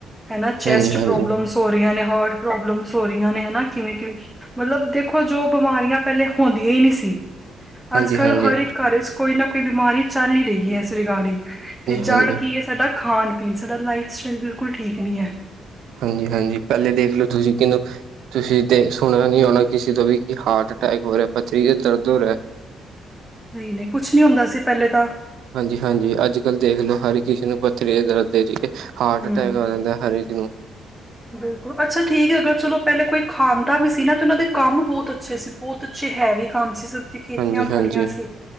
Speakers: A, in the centre; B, on the right.
A: ਹੈਨਾ ਚੈਸਟ
B: ਹਾਂਜੀ ਹਾਂਜੀ ਹਾਂਜੀ
A: ਪ੍ਰੋਬਲਮ ਹੋ ਰਹੀਆਂ ਨੇ, ਹਾਰਟ ਪ੍ਰੋਬਲਮਸ ਹੋ ਰਹੀਆਂ ਨੇ ਹੈਨਾ ਕਿਵੇਂ-ਕਿਵੇਂ ਮਤਲਬ ਦੇਖੋ ਜੋ ਬਿਮਾਰੀਆਂ ਪਹਿਲੇ ਹੁੰਦੀਆਂ ਹੀ ਨਹੀਂ ਸੀ,
B: ਹਾਂਜੀ
A: ਅੱਜ ਕੱਲ
B: ਹਾਂਜੀ ਹਾਂਜੀ
A: ਹਰ ਇੱਕ ਘਰ ਚ ਕੋਈ ਨਾ ਕੋਈ ਬਿਮਾਰੀ ਚੱਲ ਹੀ ਰਹੀ ਐ, ਇਸ ਰਿਗਾਰਡਿੰਗ ਤੇ ਜੜ
B: ਹਾਂਜੀ
A: ਕੀ ਐ ਸਾਡਾ ਖਾਣ-ਪੀਣ। ਸਾਡਾ ਲਾਈਫ ਸਟਾਈਲ ਬਿਲਕੁਲ ਠੀਕ ਨੀ ਐ।
B: ਹਾਂਜੀ-ਹਾਂਜੀ, ਪਹਿਲੇ ਦੇਖ ਲੋ ਤੁਸੀਂ ਕਿਹਨੂੰ ਤੁਸੀਂ ਦੇ ਸੁਣਿਆ ਨੀ ਹੋਣਾ, ਕਿਸੇ ਤੋਂ ਵੀ ਕਿ ਹਾਰਟ ਅਟੈਕ ਹੋ ਰਿਹਾ ਪੱਥਰੀ ਚ ਦਰਦ ਹੋ ਰਿਹਾ।
A: ਨਹੀਂ ਨਹੀਂ ਕੁਛ ਨਹੀ ਹੁੰਦਾ ਸੀ ਪਹਿਲੇ ਤਾਂ।
B: ਹਾਂਜੀ-ਹਾਂਜੀ, ਅੱਜ-ਕੱਲ੍ਹ ਦੇਖ ਲੋ, ਹਰ ਕਿਸੇ ਨੂੰ ਪੱਥਰੀ ਦੇ ਦਰਦ, ਹਾਰਟ
A: ਹਮ
B: ਅਟੈਕ ਆ ਜਾਂਦਾ ਹਰ ਇਹਨੂੰ
A: ਬਿਲਕੁਲ ਅੱਛਾ ਠੀਕ ਐ ਅਗਰ ਚਲੋ ਪਹਿਲੇ ਕੋਈ ਖਾਂਦਾ ਵੀ ਸੀ ਨਾ ਤੇ ਉਹਨਾਂ ਦੇ ਕੰਮ ਬਹੁਤ ਅੱਛੇ ਸੀ ਬਹੁਤ ਅੱਛੇ ਹੈਵੀ ਕੰਮ ਸੀ ਦੀ ਖੇਤੀਆਂ
B: ਹਾਂਜੀ, ਹਾਂਜੀ,
A: ਬੜੀਆਂ ਸੀ।